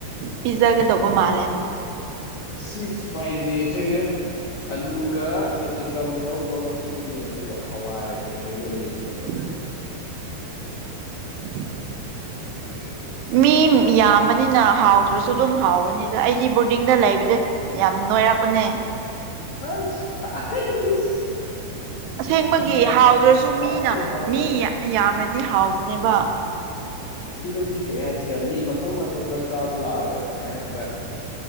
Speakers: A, on the right; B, on the left.
A: ꯄꯤꯖꯥꯒꯗꯧꯕ ꯃꯥꯜꯂꯦ
B: ꯉꯁꯤ ꯐꯔꯥꯏꯗꯦꯁꯦ ꯑꯂꯨꯒ ꯀꯦꯞꯁꯤꯀꯝ ꯉꯧꯕ ꯑꯃ ꯄꯤꯒꯅꯤ ꯑꯗꯨꯒ ꯍꯋꯥꯏ ꯀꯩꯀꯩꯅꯣ ꯃꯤꯛꯁ
A: ꯎꯝ ꯎꯝ
B: ꯁꯤꯒꯤ
A: ꯃꯤ ꯌꯥꯝꯕꯅꯤꯅ ꯍꯥꯎꯗ꯭ꯔꯥꯁꯨ ꯑꯗꯨꯝ ꯍꯥꯎꯒꯅꯤ ꯑꯗꯣ ꯑꯩꯗꯤ ꯕꯣꯔꯗꯤꯡꯗ ꯂꯩꯕꯗ ꯌꯥꯝ ꯅꯣꯏꯔꯛꯄꯅꯦ
B: ꯑꯁ
A: ꯑꯁꯦꯡꯕꯒꯤ ꯍꯥꯎꯗ꯭ꯔꯁꯨ ꯃꯤꯅ
B: ꯍꯥꯎꯇꯦ ꯍꯥꯎꯇꯦ
A: ꯃꯤ ꯌꯥ ꯌꯥꯝꯔꯗꯤ ꯍꯥꯎꯕꯅꯦꯕ
B: ꯁꯤꯃꯗꯤ ꯀꯩ ꯍꯥꯏꯁꯤꯔꯦ ꯃꯤ ꯃꯇꯣꯝ ꯃꯇꯣꯝꯗ ꯆꯥꯕ ꯂꯥꯛꯑꯒ ꯀꯩ ꯍꯥꯏꯁꯤꯔ